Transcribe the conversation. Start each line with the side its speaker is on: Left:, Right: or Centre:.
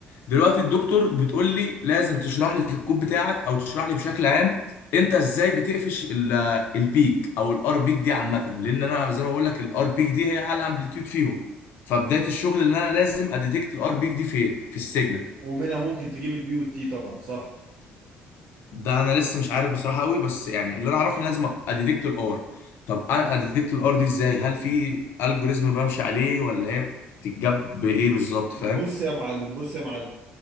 Left: دلوقتي الدكتور بتقول لي لازم تشرح لي في الكود بتاعك او تشرح لي بشكل عام انت ازاي بتقفش ال- البيك او الار بيك دي عامه لان انا زي ما بقول لك الار بيك دي هي اعلى امبليتيود فيهم فبدايه الشغل اللي انا لازم اديتكت الار بيك دي فين في السيجنال
Right: ومنها ممكن تجيب البي والتي طبعا صح
Left: ده انا لسه مش عارف بصراحه قوي بس يعني اللي انا اعرفه ان لازم اديتكت الار طب انا اديتكت الار دي ازاي هل في الجوريزم بمشي عليه ولا هي بتتجاب بايه بالظبط فاهم
Right: بص يا معلم بص يا معلم